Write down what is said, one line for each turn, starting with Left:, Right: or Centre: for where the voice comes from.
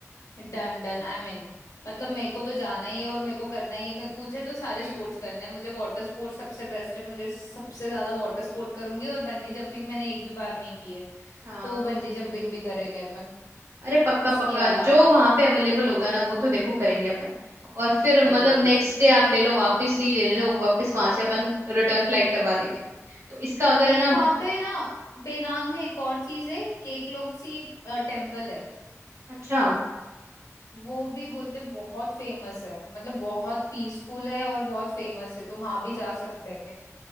Left: डन डन आई मीन मतलब मेरे को तो जाना ही है और मेरे को करना ही है मैं- मुझे तो सारे
Right: हम्म
Left: स्पोर्ट्स करने हैं मुझे वाटर स्पोर्ट्स सबसे बेस्ट है मुझे सबसे ज्यादा वाटर स्पोर्ट करूंगी और बंजी जंपिंग मैंने एक भी बार नहीं की है
Right: हाँ
Left: तो बंजी जंपिंग भी करेंगे अपन
Right: अरे पक्का
Left: इसके
Right: पक्का
Left: अलावा
Right: जो वहां पे अवेलेबल होगा ना वो तो देखो करेंगे अपन और फिर
Left: करेंगे
Right: मतलब नेक्स्ट
Left: इसे
Right: डे आप ले लो वापस ली ले लो वापस वहां से अपन रिटर्न फ्लाइट करवा लेंगे तो इसका अगर
Left: एक
Right: है ना
Left: वहां पे ना पेनांग में एक और चीज है केकलोक्सी टेम्पल है
Right: अच्छा
Left: वो भी बोलते बहुत फेमस है मतलब बहुत पीसफुल है और बहुत फेमस है तो वहां भी जा सकते हैं